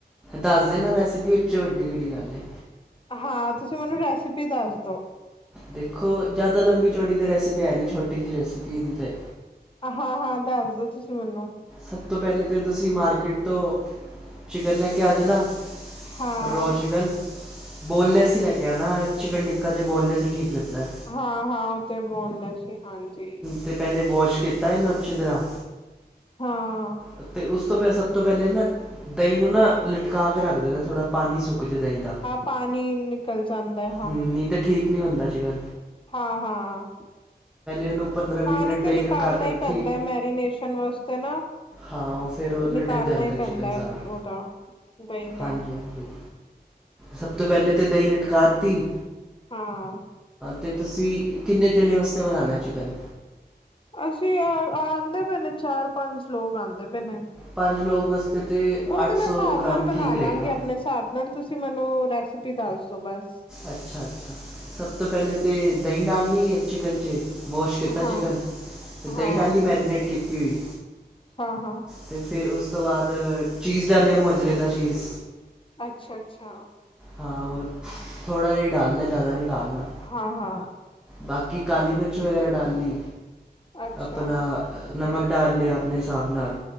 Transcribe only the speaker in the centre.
ਦੱਸ ਦੇ ਨਾ ਰੈਸਿਪੀ ਇਸ ਚ ਵੱਡੀ ਕਿਹੜੀ ਗੱਲ ਏ।
ਦੇਖੋ ਜ਼ਿਆਦਾ ਲੰਬੀ-ਚੌੜੀ ਤੇ ਰੈਸਿਪੀ ਹੈ ਨੀ ਛੋਟੀ ਜਿਹੀ ਰੈਸਿਪੀ ਇਹਦੀ ਤੇ।
ਸਭ ਤੋਂ ਪਹਿਲੇ ਤਾਂ ਤੁਸੀਂ ਮਾਰਕੀਟ ਤੋਂ, ਚਿਕਨ ਲੈ ਕੇ ਆ ਜਾਣਾ।
ਰੋਅ ਚਿਕਨ, ਬੋਨਲੈਸ ਹੀ ਲੈ ਕੇ ਕਿਆ ਨਾ ਚਿਕਨ ਟਿੱਕਾ ਚ ਬੋਨਲੈਸ ਹੀ ਠੀਕ ਰਹਿੰਦਾ ਏ।
ਤੇ ਪਹਿਲੇੇ ਵਾਸ਼ ਕੀਤਾ ਇਹ ਨੂੰ ਅੱਛੀ ਤਰ੍ਹਾਂ
ਅਤੇ ਉਸ ਤੋਂ ਪਿਆ ਸਭ ਤੋਂ ਪਹਿਲੇ ਨਾ, ਦਹੀਂ ਨੂੰ ਨਾ, ਲਟਕਾ ਕੇ ਰੱਖ ਦੇਨਾ ਥੋੜ੍ਹਾ। ਪਾਨੀ ਸੁੱਕ ਜੇ ਦਹੀਂ ਦਾ,
ਨਹੀਂ ਤਾਂ ਠੀਕ ਨੀ ਬਨਦਾ ਚੀ ਗਾ
ਉਹਨੂੰ
ਮਿੰਟ
ਦਹੀਂ
ਲਟਕਾ ਕੇ ਰੱਖੀ
ਹਾਂ ਉਹ ਫਿਰ ਉਹ
ਲਟਕ ਜਾਂਦਾ
ਚਿਕਨ
ਸਾਰਾ
ਹਾਂਜੀ ਹਾਂਜੀ ਸਭ ਤੋਂ ਪਹਿਲੇ ਤਾਂ ਦਹੀਂ ਲਟਕਾ ਤੀ
ਤੇ ਤੁਸੀਂ ਕਿੰਨੇ ਜਾਣੇ ਵਾਸਤੇ ਬਨਾਉਣਾ ਚਿਕਨ
ਪੰਜ ਲੋਕ ਵਸਤੇ ਤਾਂ
ਅੱਠ
ਸੌ
ਗ੍ਰਾਮ
ਠੀਕ
ਰਹੇਗਾ।
ਅੱਛਾ-ਅੱਛਾ ਸਭ ਤੋਂ ਪਹਿਲੇ ਤਾਂ ਦਹੀਂ ਡਾਲਣੀ ਹੈ ਚਿਕਨ 'ਚ ਵਾਸ਼ ਕੀਤਾ
ਚਿਕਨ ਅਤੇ ਦਹੀਂ
ਡਾਹੀ ਮੈਰੀਨੇਟ ਕੀਤੀ ਹੋਈ
ਤੇ ਫੇਰ ਉਸ ਤੋਂ ਬਾਅਦ ਚੀਜ਼ ਡਾਲ ਲਿਆ ਮੋਜਰੇਲਾ ਚੀਜ਼
ਹਾਂ ਉਰ ਥੋੜ੍ਹਾ ਜਿਹਾ ਡਾਲਨੈ, ਜ਼ਿਆਦਾ ਨਹੀਂ ਡਾਲਨਾ।
ਬਾਕੀ ਕਾਲੀ ਮਿਰਚ ਵਗੈਰਾ ਡਾਲ ਲੀ,
ਆਪਨਾ ਨਮਕ ਡਾਲ ਲਿਆ ਆਪਨੇ ਹਿਸਾਬ ਨਾਲ।